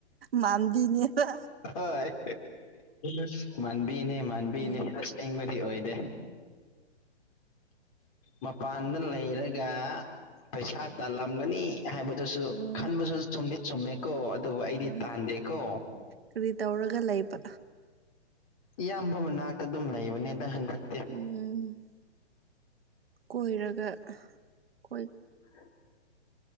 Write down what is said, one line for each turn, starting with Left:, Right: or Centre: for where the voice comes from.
Right: ꯃꯥꯟꯕꯤꯅꯦꯕ
Left: ꯍꯣꯏ ꯃꯥꯟꯕꯤꯅꯦ ꯃꯥꯟꯕꯤꯅꯦ
Right: ꯎꯝ
Left: ꯑꯁꯦꯡꯕꯗꯤ ꯑꯣꯏꯗꯦ ꯃꯄꯥꯟꯗ ꯂꯩꯔꯒ ꯄꯩꯁꯥ ꯇꯥꯜꯂꯝꯒꯅꯤ ꯍꯥꯏꯕꯗꯨꯁꯨ
Right: ꯎꯝ
Left: ꯈꯟꯕꯁꯨ ꯆꯨꯝꯗꯤ ꯆꯨꯝꯃꯦꯀꯣ ꯑꯗꯨꯕꯨ ꯑꯩꯗꯤ
Right: ꯍꯣꯏ
Left: ꯇꯥꯟꯗꯦꯀꯣ
Right: ꯀꯔꯤ ꯇꯧꯔꯒ ꯂꯩꯕ
Left: ꯏꯌꯥꯝꯕ ꯃꯅꯥꯛꯇ ꯑꯗꯨꯝ ꯂꯩꯕꯅꯦꯗ ꯍꯟꯗꯛꯇꯤ
Right: ꯎꯝ ꯀꯣꯏꯔꯒ ꯀꯣꯏ
Left: <inaudible>